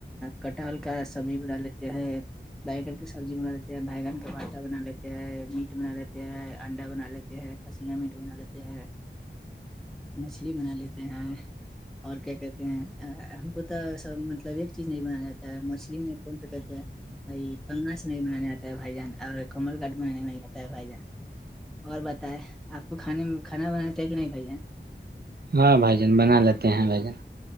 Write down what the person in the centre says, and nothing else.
کٹہل کا سبزی بنا لیتے ہیں بیگن کی سبزی بنا لیتے ہیں بینگن کا بھاٹا بنا لیتے میٹ بنا لیتے ہیں انڈا بنا لیتے ہیں کھسیا میٹ بنا لیتے ہیں مچھلی بنا لیتے ہیں اور کیا کہتے ہیں ہم کو تو سب مطلب ایک چیز نہیں بنایا جاتا ہے مچھلی میں کون سا کہ پس نہیں بنانے آتا ہے بھائی جان اور کمل کاٹ بنانے نہیں آتا ہے بھائی جان اور بتائیں آپ کو کھانے میں کھانا بنانا ہے کہ نہیں بھیا